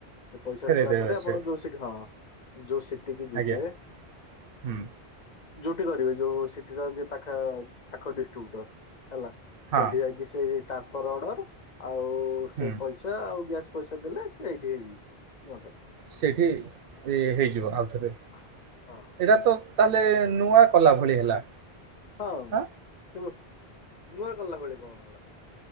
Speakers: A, on the left (about 50°); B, on the right (about 65°).
A: ସେ ପଇସା
B: ଫେରେଇଦେବେ
A: ନେଲା ପରେ ଆପଣ
B: ସେ
A: ଯୋଉ ସିଟି ହଁ ଯୋଉ ସିଟି କି ଯିବେ
B: ଆଜ୍ଞା ହୁଁ
A: ଯୋଉଠି କରିବେ ଯୋଉ ସିଟିର ଯିଏ ପାଖା ପାଖ ଡିଷ୍ଟ୍ରିବ୍ୟୁଟର ହେଲା।
B: ହଁ
A: ସେଠି ଯାଇକି ସେଇ ଟ୍ରାନ୍ସଫର୍ ଅର୍ଡର। ଆଉ ସେ
B: ହୁଁ।
A: ପଇସା ଆଉ ଗ୍ୟାସ୍ ପଇସା ଦେଲେ ସେଇଠି ହେଇଯିବ ନୂଆ କାର୍ଡ।
B: ସେଇଠି ଏ ହେଇଯିବ ଆଉ ଥରେ।
A: ହଁ।
B: ଏଇଟା ତ ତାହେଲେ ନୂଆ କଲା ଭଳି ହେଲା।
A: ହଁ
B: ଆଁ
A: କିନ୍ତୁ ନୂଆ କଲା ଭଳି କଣ ହେଲା?